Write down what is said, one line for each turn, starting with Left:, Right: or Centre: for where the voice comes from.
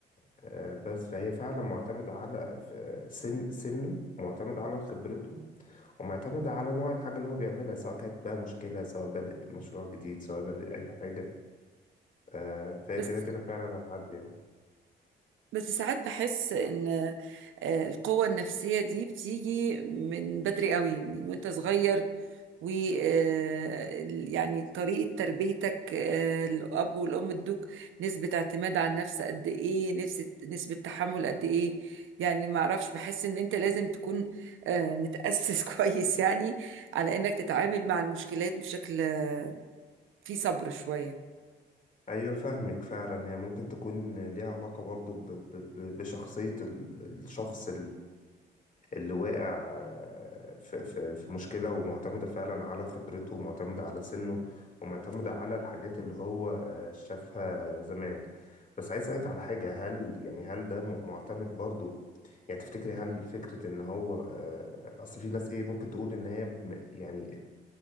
Left: آه، بس فهي فعلا معتمدة على ف- سن سنه معتمد على خبرته ومعتمد على نوع الحاجة اللي هو بيعملها سواء كانت بقى مشكلة سواء بادئ مشروع جديد سواء بادئ أي حاجة آه، فهي
Right: بس
Left: كده كده فعلا هتعدي يعني
Right: بس ساعات بحس ان آه، القوة النفسية دي بتيجي من بدري قوي من وانت صغير و آه، ال- يعني طريقة تربيتك آه، الأب والأم ادوك نسبة اعتماد على النفس قد إيه نسبة نسبة تحمل قد إيه يعني ما أعرفش بحس إن أنت لازم تكون آه، متأسس <laughs> كويس يعني على إنك تتعامل مع المشكلات بشكل آه، فيه صبر شوية
Left: أيوة فاهمك فعلا هي ممكن تكون ليها علاقة برضو ب- ب- ب- بشخصية ال- الشخص اللي واقع آه، في في في مشكلة ومعتمدة فعلا على خبرته ومعتمدة على سنه ومعتمدة على الحاجات اللي هو آه، شافها زمان بس عايز أسألك على حاجة هل يعني هل ده م- معتمد برضو يعني تفتكري هل فكرة إن هو آه، أصل في ناس إيه ممكن تقول إن هي بم- يعني